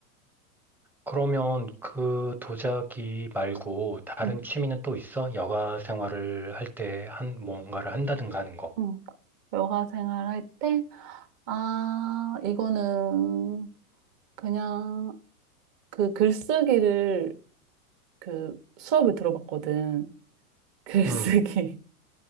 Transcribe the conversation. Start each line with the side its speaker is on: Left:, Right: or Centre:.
Centre: 그러면 그 도자기 말고 다른
Right: 음,
Centre: 취미는 또 있어? 여가 생활을 할 때 한, 뭔가를 한다든가 하는 거.
Right: 음. 여가 생활할 때, 아, 이거는 그냥 그 글쓰기를 그 수업을 들어봤거든. <laughs> 글쓰기.
Centre: 음,